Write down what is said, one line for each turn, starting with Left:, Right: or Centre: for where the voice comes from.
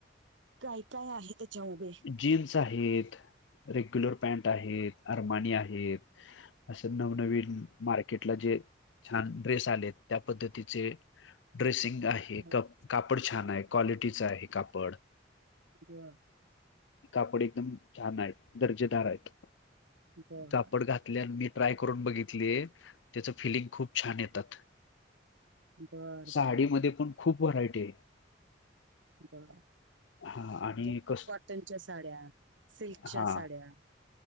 Right: काय काय आहे त्याच्यामध्ये
Left: जीन्स आहेत रेग्युलर पॅन्ट आहेत अरमानी आहेत असं नवनवीन मार्केटला जे छान ड्रेस आले त्या पद्धतीचे ड्रेसिंग आहे
Right: बरं,
Left: कापड छान आहे क्वालिटीच आहे कापड
Right: ब
Left: कापड एकदम छान आहे दर्जेदार आहेत
Right: बरं.
Left: कापड घातल्यान मी ट्राय करून बघितलीय त्याच फिलिंग खूप छान येतात
Right: बरं,
Left: साडीमध्ये
Right: बरं, बरं.
Left: पण खूप व्हरायटी आहे
Right: बर म्हणजे
Left: हा आणि कस
Right: कट साड्या सिल्कच्या
Left: हा
Right: साड्या